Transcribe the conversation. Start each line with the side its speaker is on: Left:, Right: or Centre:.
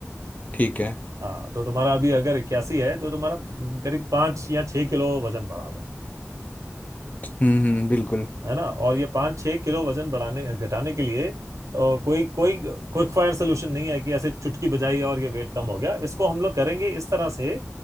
Left: ठीक है
Right: हाँ तो तुम्हारा अभी अगर इक्यासी है तो तुम्हारा अम, करीब पाँच या छह किलो वजन बढ़ा हुआ है
Left: हम्म हम्म बिल्कुल
Right: है ना और ये पाँच छः किलो वजन बढ़ाने घटाने के लिए और कोई कोई क्विक फायर सोल्यूशन नहीं है कि ऐसे चुटकी बजाई और ये वेट कम हो गया इसको हम लोग करेंगे इस तरह से